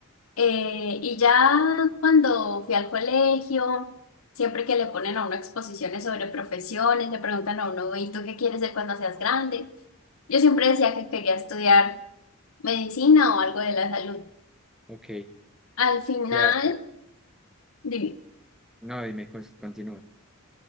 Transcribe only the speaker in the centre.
Ok,
ya,
no, dime, cons- continúa.